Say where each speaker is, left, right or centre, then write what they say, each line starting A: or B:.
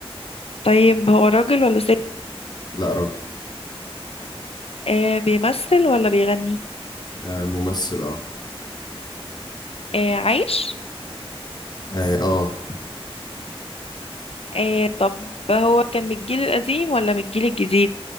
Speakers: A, on the left; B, on the left.
A: طيب هو راجل ولا ست
B: لا راجل
A: آه بيمثل ولا بيغني
B: أه ممثل اه
A: آه عايش
B: اه آه،
A: آه طب هو كان من الجيل القديم ولا من الجيل الجديد